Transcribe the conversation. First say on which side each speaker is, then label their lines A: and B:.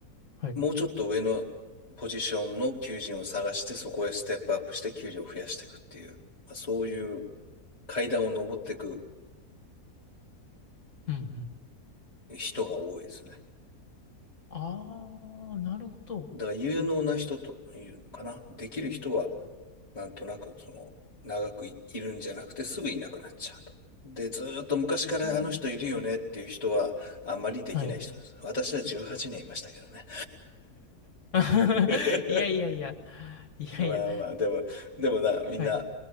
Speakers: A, on the left; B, on the left.
A: はい。
B: もうちょっと上のポジションの求人を探して、そこへステップアップして給料を増やしていくっていう、まあ、そういう階段を登っていく
A: うんうん。
B: 人が多いですね。
A: ああ、なるほど。
B: だから有能な人というのかな。できる人は、なんとなく、その、長くい、いるんじゃなくてすぐいなくなっちゃうと。で、ずーっと昔からあの人いるよねっていう人は、
A: うん、
B: あんまりできない人です。
A: はい。
B: 私は18年いましたけどね。
A: <laughs>
B: <laughs>
A: いやいやいや。いやいや。
B: まあまあ、でも、でもな、みんな、
A: はい。